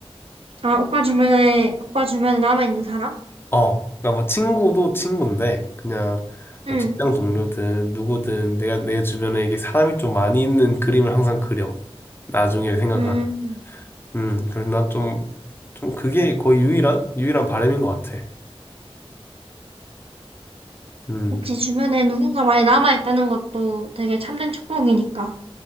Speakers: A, on the right (about 65°); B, on the left (about 20°).
A: 아, 오빠 주변에, 오빠 주변에 남아있는 사람?
B: 어, 그러니까 뭐 친구도 친구인데 그냥
A: 응,
B: 뭐 직장 동료든 누구든 내가 내 주변에 이게 사람이 좀 많이 있는 그림을 항상 그려. 나중에 생각하면.
A: 응.
B: 음, 그래서 난 좀, 좀 그게 거의 유일한 유일한 바람인 것 같아. 음,
A: 그치, 주변에 누군가 많이 남아있다는 것도 되게 참된 축복이니까.